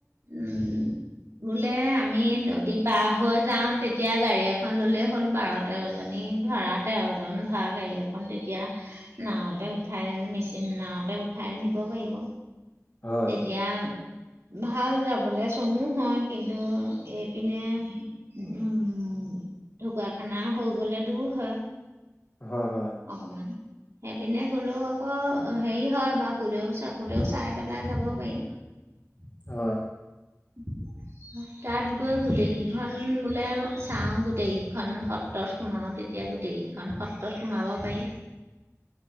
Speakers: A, on the right (about 60°); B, on the left (about 40°).
A: উম। বোলে আমি নদী পাৰ হৈ যাওঁ তেতিয়া গাড়ী এখন ল'লে হ'ল বাৰ তেৰজনী ধৰা তেৰজন, ধৰা গাড়ী এখন তেতিয়া নাঁৱতে উঠাই, মেচিন নাঁৱ উঠাই নিব পাৰিব।
B: হয়,
A: তেতিয়া ভাল যাবলে, চমু হয় কিন্তু এইপিনে উম, ঢকুৱাখানা হৈ গ'লে দূৰ হয়।
B: হয়, হয়।
A: অকমান। সেইপিনে গ'লেও আকৌ হেৰি হয় বা সুদেও বাসুদেও চাই পেলা পেলাই যাব পাৰি।
B: হয়।
A: <inaudible> তাত গৈ গোটেইকেইখন বোলে, চাওঁ গোটেইকেইখন সত্ৰত সোমাওঁ, তেতিয়া গোটেইখন সত্ৰত সোমাব পাৰি।